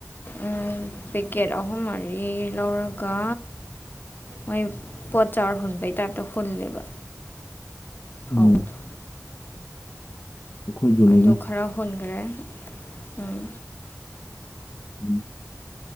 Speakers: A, on the left (about 40°); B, on the left (about 55°).
A: ꯎꯝ ꯄꯦꯛꯀꯦꯠ ꯑꯍꯨꯝ ꯃꯔꯤ ꯂꯧꯔꯒ ꯃꯣꯏ ꯄꯣꯠ ꯆꯥꯔ ꯍꯟꯕꯩ ꯇꯥꯏꯞꯇ ꯍꯨꯜꯂ‌ꯦꯕ ꯐꯧꯗ‌ꯣ
B: ꯎꯝ ꯑꯩꯈꯣꯏꯁꯨꯅꯤꯅꯦ
A: ꯑꯗꯨ ꯈꯔ ꯍꯨꯟꯒ꯭ꯔꯦ ꯎꯝ
B: ꯎꯝ